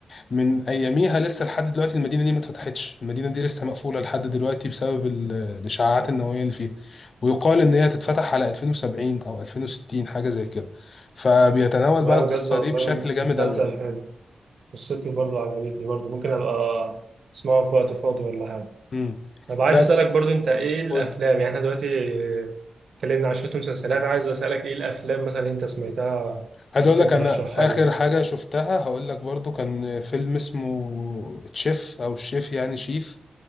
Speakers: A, on the left; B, on the right.
A: من اياميها لسه لحد دلوقتي المدينه دي ما اتفتحتش المدينه دي لسه مقفوله لحد دلوقتي بسبب ال- الاشعاعات النوويه اللي فيها ويقال ان هي تتفتح على 2070 او 2060 حاجه زي كده فبيتناول
B: لا
A: بقى القصه
B: بجد والله
A: دي بشكل جامد
B: مسلسل
A: قوي
B: حلو قصته برضه عجبتني برضه ممكن أبقى أسمعه في وقت فاضي ولا حاجة
A: امم
B: طب عايز
A: لا
B: اسالك
A: لا
B: برضه انت ايه الافلام
A: قول.
B: يعني احنا دلوقتي اتكلمنا عن شويه مسلسلات عايز اسالك ايه الافلام مثلا انت سمعتها
A: عايز
B: ممكن
A: اقول لك
B: ترشحها
A: انا اخر
B: لي بس
A: حاجه شفتها هقول لك برضو كان فيلم اسمه تشيف او الشيف يعني شيف